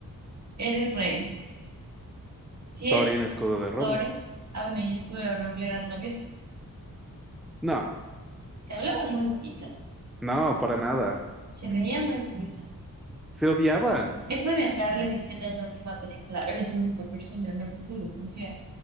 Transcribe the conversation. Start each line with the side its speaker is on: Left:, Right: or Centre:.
Right: era el rey? ¿Sí
Centre: Thorin
Right: es?
Centre: Escudo de Roble.
Right: ¿Thorin? Ah, bueno, y Escudo de Roble eran novios.
Centre: No,
Right: Se hablaban muy bonito,
Centre: no, para nada.
Right: se veían muy bonito.
Centre: Se odiaban.
Right: Eso de andarle diciendo en la última película, eres la única persona en la que puedo confiar,